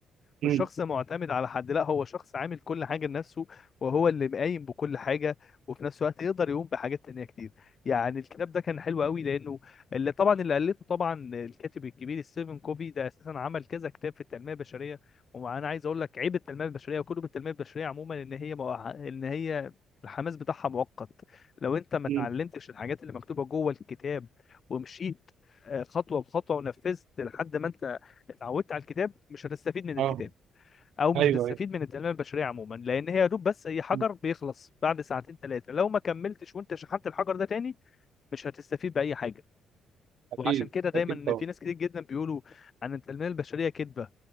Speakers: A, on the left; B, on the right.
A: مش
B: امم
A: شخص معتمد على حد لا هو شخص عامل كل حاجة لنفسه وهو اللي قايم بكل حاجة وفي نفس الوقت يقدر يقوم بحاجات تانية كتير يعني الكتاب ده كان حلو قوي لأنه اللي طبعا اللي ألفه طبعا الكاتب الكبير ستيفن كوفي ده أساسا عمل كذا كتاب في التنمية البشرية وأنا عايز أقول لك عيب التنمية البشرية وكتب التنمية البشرية عموما إن هي مع- إن هي الحماس بتاعها مؤقت لو انت ما اتعلمتش
B: امم
A: الحاجات اللي مكتوبه جوه الكتاب ومشيت آه، خطوه بخطوه ونفذت لحد ما انت اتعودت على الكتاب مش هتستفيد من الكتاب
B: اه
A: او مش
B: ايوه
A: هتستفيد
B: ايوه
A: من التنميه البشريه عموما لان هي يا دوب بس اي حجر
B: مم.
A: بيخلص بعد ساعتين ثلاثه لو ما كملتش وانت شحنت الحجر ده تاني مش هتستفيد باي حاجه
B: اكيد
A: وعشان كده دايما
B: اكيد طبعا
A: في ناس كتير جدا بيقولوا عن التنميه البشريه كذبه